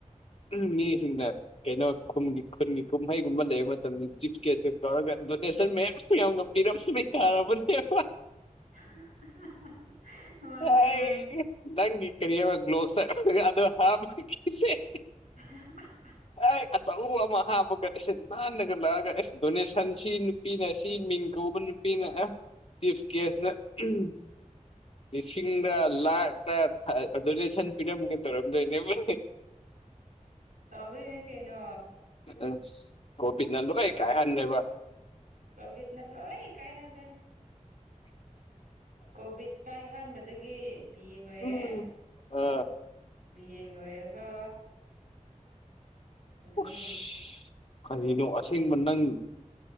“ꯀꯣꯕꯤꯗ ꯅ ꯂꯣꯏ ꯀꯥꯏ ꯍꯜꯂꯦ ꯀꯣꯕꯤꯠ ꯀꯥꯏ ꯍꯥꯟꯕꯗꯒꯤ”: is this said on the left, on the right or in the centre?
Right